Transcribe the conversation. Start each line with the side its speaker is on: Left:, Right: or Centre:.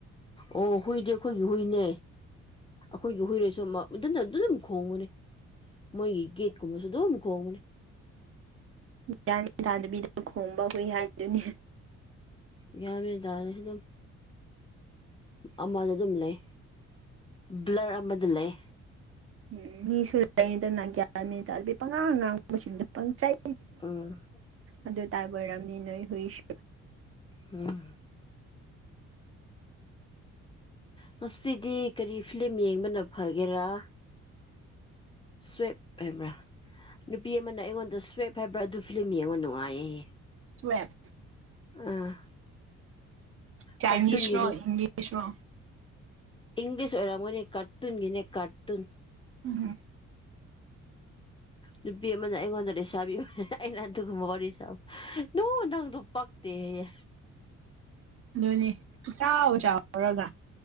Left: ꯑꯣ ꯍꯨꯏꯗꯤ ꯈꯣꯏꯒꯤ ꯍꯨꯏꯅꯦ ꯑꯩꯈꯣꯏꯒꯤ ꯍꯨꯏꯔꯣꯏꯁꯨ ꯃꯥ ꯑꯗꯨꯗ ꯑꯗꯨꯝ ꯈꯣꯡꯕꯅꯦ ꯃꯣꯏꯒꯤ ꯒꯦꯠ ꯀꯨꯝꯃꯁꯨ ꯑꯗꯨꯝ ꯈꯣꯡꯕꯅꯦ
Right: ꯒꯌ꯭ꯥꯟ ꯃꯦꯟ ꯇꯥꯗꯥꯕꯤꯗ ꯈꯣꯡꯕ ꯍꯨꯏ ꯍꯥꯏꯕꯗꯨꯅꯤ
Left: ꯒꯌ꯭ꯥꯟꯌꯥ ꯃꯦꯟ ꯇꯥꯗꯥꯔꯦ ꯑꯗꯨꯝ ꯑꯃꯗ ꯑꯗꯨꯝ ꯂꯩ ꯕ꯭ꯂꯔ ꯑꯃꯗ ꯗꯨꯝ ꯂꯩ
Right: ꯎꯝ ꯃꯤꯁꯨ ꯂꯩꯗꯅ ꯒ꯭ꯌꯥꯟ ꯃꯦꯟ ꯇꯥꯗꯕꯤ ꯄꯪꯉꯥꯡ ꯑꯉꯥꯡꯁꯤꯡꯗ ꯄꯪꯆꯩ
Left: ꯎꯝ
Right: ꯑꯗꯨ ꯇꯥꯏꯕ ꯑꯣꯏꯔꯝꯅꯤ ꯅꯣꯏ ꯍꯨꯏꯁꯨ
Left: ꯎꯝ ꯉꯁꯤꯗꯤ ꯀꯔꯤ ꯐꯤꯂꯝ ꯌꯦꯡꯕꯅ ꯐꯒꯦꯔꯥ ꯁ꯭ꯋꯦꯞ ꯍꯥꯢꯕꯔ ꯅꯨꯄꯤ ꯑꯃꯅ ꯑꯩꯉꯣꯟꯗ ꯁ꯭ꯋꯦꯞ ꯍꯥꯏꯕ꯭ꯔꯥ ꯑꯗꯨ ꯐꯤꯂꯝ ꯌꯦꯡꯉꯣ ꯅꯨꯡꯉꯥꯏꯌꯦ
Right: ꯁ꯭ꯋꯦꯞ
Left: ꯑꯥ
Right: ꯆꯥꯏꯅꯤꯁ
Left: ꯀꯥꯔꯇꯨꯟꯒꯤꯅꯦ
Right: ꯔꯣ ꯏꯪꯂꯤꯁꯔꯣ
Left: ꯏꯪꯂꯤꯁ ꯑꯣꯔꯝꯒꯅꯤ ꯀꯔꯇꯨꯟꯒꯤꯅꯦ ꯀꯥꯔꯇꯨꯟ
Right: ꯎꯝ
Left: ꯅꯨꯄꯤ ꯑꯃꯅ ꯑꯩꯉꯣꯟꯗ ꯂꯩꯁꯥꯕꯤ ꯑꯩꯅ ꯑꯗꯨꯒꯨꯝꯕ ꯋꯥꯔꯤ ꯁꯥꯕ ꯅꯣ ꯅꯪꯗꯣ ꯄꯛꯇꯦ ꯍꯥꯏꯌꯦ
Right: ꯑꯗꯨꯅꯤ ꯆꯥꯎ ꯆꯥꯎꯔꯒ